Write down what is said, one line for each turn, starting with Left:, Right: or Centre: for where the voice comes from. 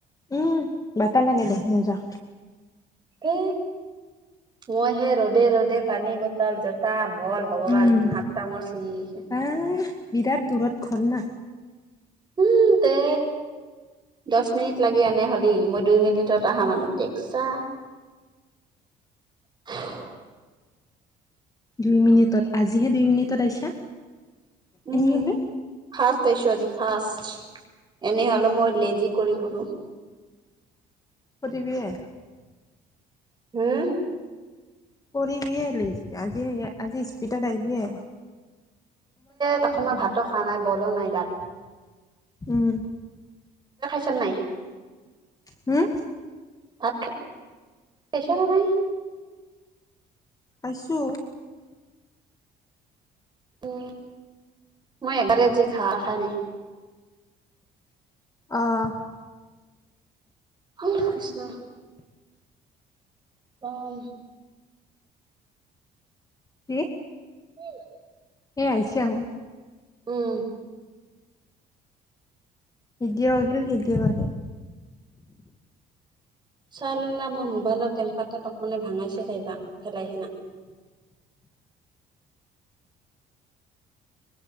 Left: উম বাতাহ লাগে দেহ মজা
Right: পে মই হে ৰ'দে ৰ'দে পানী বটল জোতা বল ভগৱান
Left: উম
Right: সাতটা মৰ ছিঙিছে
Left: আহ বিৰাট দূৰত ঘৰ না
Right: উম তে দহ মিনিট লাগে এনে হ'লি মই দুই মিনিটত আহা মানুহ দেখছা <unintelligible>
Left: দুই মিনিটত আজিহে দুই মিনিটত আহিছা
Right: উম
Left: এনেই হলে
Right: ফাৰ্ষ্ট তাইছো আজি ফাৰ্ষ্ট এনেহলে মই লেজি কৰি বলো
Left: কদি বি হ
Right: হুম
Left: কৰিবিয়েলি আজি আজি স্পিতত আহিবিয়
Right: তকো মই ভাতো খোৱা নাই বলো নাই গাত
Left: উম
Right: চেন্নাই
Left: হাম
Right: ভাত খ পাইছা নে নাই
Left: আছো
Right: উম মই এগতে যি খা খাই নাই।
Left: অহ।
Right: অ কৃষ্ণ। অ
Left: কি
Right: <unintelligible>
Left: এ আহছে আও
Right: উম।
Left: ভিডিঅ' আহ আহিল ভিডিঅ' আহ।
Right: চালা মোৰ মোবাইলৰ টেম্পাৰ তাতখনে ভাঙাইছে কাইবা লাই সিনা। <unintelligible>